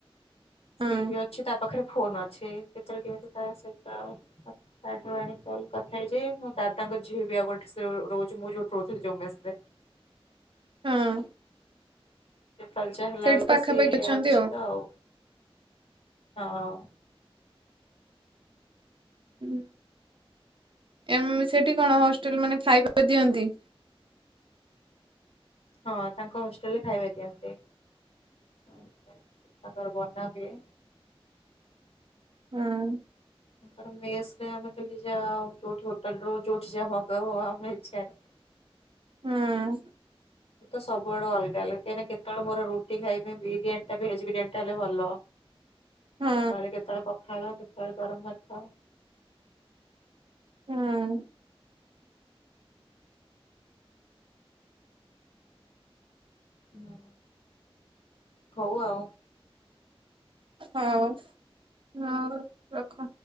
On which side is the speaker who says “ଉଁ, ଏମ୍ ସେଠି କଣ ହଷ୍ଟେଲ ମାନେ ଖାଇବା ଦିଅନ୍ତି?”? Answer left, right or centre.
Right